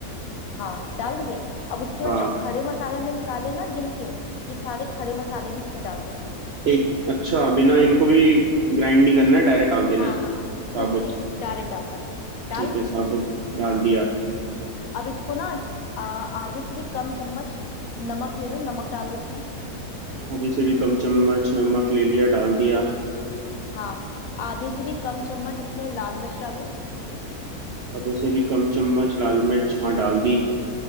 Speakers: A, on the left (about 70°); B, on the right (about 70°).
A: हाँ डाल दिए अब उसके
B: हाँ
A: बाद जो खड़े मसाले हमने निकाले ना गिन के ये सारे खड़े मसाले भी इसमें डाल दो
B: एक अच्छा बिना इनको भी ग्राइंड नहीं करना है डायरेक्ट डाल देना
A: हाँ
B: है साबुत
A: कुछ नहीं डायरेक्ट डालना है डाल
B: ठीक
A: दिए
B: है साबुत डाल दिया
A: अब इसको ना आ, आधे से भी कम चम्मच नमक ले लो नमक डालो इसमें
B: आधे से भी कम चम्मच नमक ले लिया डाल दिया
A: हाँ आधे से भी कम चम्मच इसमें लाल मिर्च डालो
B: आधे से भी कम चम्मच लाल मिर्च हाँ डाल दी